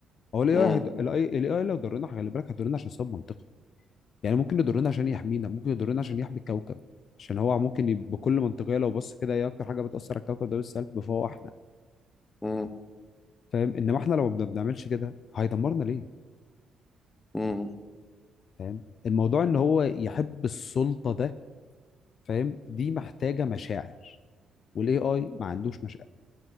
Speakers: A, on the left (about 55°); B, on the left (about 15°).
A: هو الاي
B: مم،
A: اي الاي الاي اي لو ضرنا خلي بالك هيضرنا عشان سبب منطقي يعني ممكن يضرنا عشان يحمينا ممكن يضرنا عشان يحمي الكوكب عشان هو ممكن ي- بكل منطقيه لو بص كده ايه اكتر حاجه بتاثر على الكوكب ده بالسلب فهو احنا
B: مم،
A: فاهم انما احنا لو ما بنعملش كده هيدمرنا ليه
B: مم.
A: فاهم الموضوع ان هو يحب السلطه ده فاهم دي محتاجه مشاعر والاي اي ما عندوش مشاعر